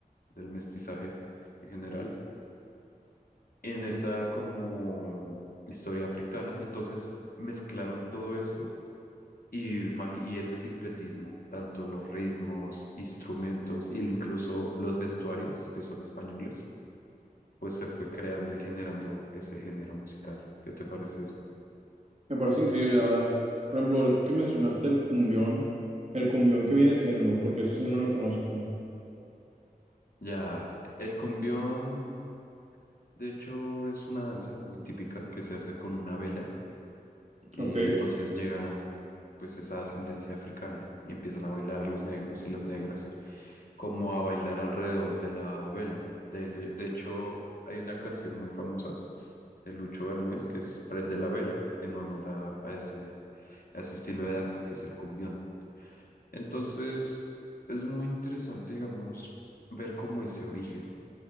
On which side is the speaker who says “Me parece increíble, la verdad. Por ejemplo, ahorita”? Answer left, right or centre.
Right